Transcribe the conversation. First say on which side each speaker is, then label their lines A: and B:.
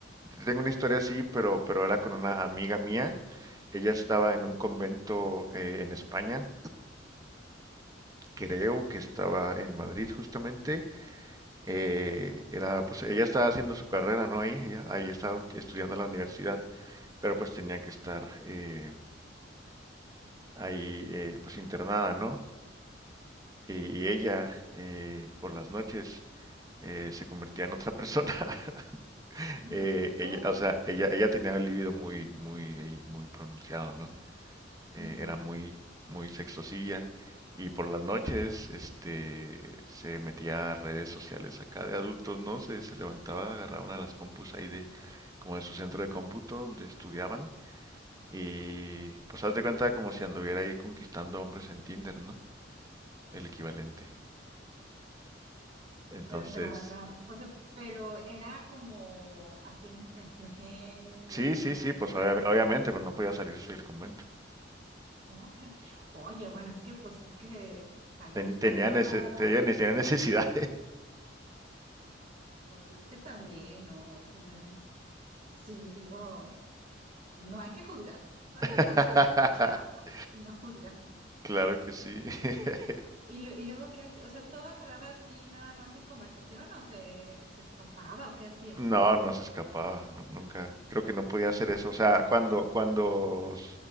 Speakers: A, on the right (about 20°); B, on the right (about 50°).
A: Tengo una historia así, pero, pero era con una amiga mía. Ella estaba en un convento eh, en España, creo que estaba en Madrid justamente. Eh, era, pues, ella estaba haciendo su carrera, ¿no? Ahí, ella, ahí estaba estudiando en la universidad, pero pues tenía que estar eh, ahí, eh, pues internada, ¿no? Y, y ella, eh, por las noches, eh, se convertía en otra persona. <laughs>
B: Ujú.
A: Eh, ella,
B: ¿Cómo?
A: o sea, ella, ella tenía el libido muy, muy, ahí, muy pronunciado, ¿no? eh,
B: ujú.
A: era muy, muy sexosilla. Y por las noches, este, se metía a redes sociales acá de adultos, ¿no? Se, se levantaba, agarraba una de las compus ahí de, como de su centro de cómputo donde estudiaban. Y pues haz de cuenta como si anduviera ahí conquistando hombres en Tinder, ¿no? El equivalente. Entonces,
B: Pero, pero, pero, o sea, pero era como así en internet, <laughs>
A: sí,
B: era
A: sí, sí, pues
B: igual
A: obvia-
B: a Netflix.
A: obviamente, pues no podía salirse del convento.
B: ¿Cómo crees? Oye, bueno, es que pues es que también
A: Ten-
B: si estás
A: tenía,
B: guardada,
A: nece- tenía- tenía necesidad.
B: pues es que también, ¿no? O sea, si, si digo, no hay que juzgar, no hay
A: <laughs>
B: que juzgar, escuchamos y no <laughs> juzgamos.
A: Claro que sí. <laughs>
B: Y, lu- y luego, ¿qué hace? O sea, ¿todo quedaba así nada más en conversación o se, se escapaba o qué hacía.
A: No, no se escapaba, nu- nunca. Creo que no podía hacer eso. O sea, cuando, cuando, s-